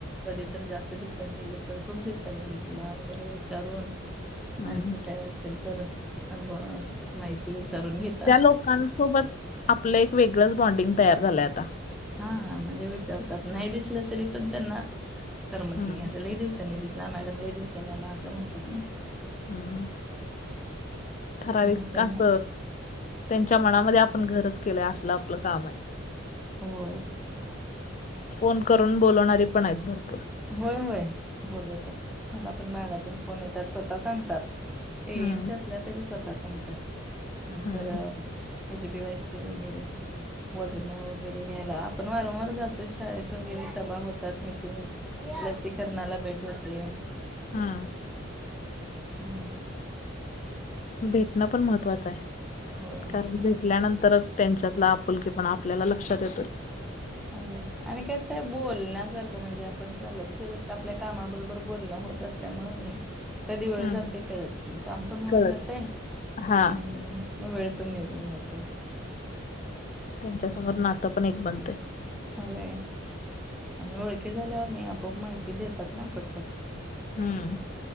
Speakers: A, in the centre; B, on the left.
A: कधी तर जास्त दिवसांनी गेलं तर खूप दिवसांनी भेटला वगैरे विचारून
B: हम्म
A: आणखी काय असेल तर माहिती विचारून घेत
B: त्या लोकांसोबत आपलं एक वेगळंच बॉन्डिंग तयार झालंय आता.
A: हा हा म्हणजे विचारतात नाही दिसलं तरी पण त्यांना करमत
B: हम्म.
A: नाही असलही दिवसांनी दिस आपला मॅडम लइ दिवसानी आले असं म्हणतात नाही.
B: हम् ठराविक
A: मग त्यांना
B: अस. त्यांच्या मनामध्ये आपण घरच केलंय असलं आपलं काम आहे.
A: होय.
B: फोन करून बोलवणारी पण आहेत भरपूर.
A: होय होय बोलवतात मला पण भागातून फोन येतात स्वतः सांगतात. ए
B: हम्म
A: एन सस ला तरी स्वतः सांगतात. नंतर
B: हम्म.
A: एच बी वाय सी वगैरे. वजनं वगैरे घ्यायला आपण वारंवार जातो शाळेत वगैरे सभा होतात मिटिंग लसीकरणाला भेट होते.
B: हा.
A: हम्म.
B: भेटणं पण महत्त्वाचं आहे
A: होय
B: कारण भेटल्यानंतर तरच त्यांच्यातला आपुलकीेपण आपल्याला लक्षात येतोय.
A: होय आणि कसं आहे बोलण्यासारखं म्हणजे आपण चालत फिरत आपल्या कामाबरोबर बोलणं होत अस त्यामुळे म कधी वेळ
B: हम्म
A: जातय कळत नाही काम पण होऊन
B: कळत
A: जाते
B: हा
A: आणि वेळ पण निघून जातय.
B: त्यांच्यासमोर नातं पण एक बनतय.
A: होय आणि ओळखी झाल्यावर नाही आपआप माहिती देतात ना पटपट.
B: हम्म.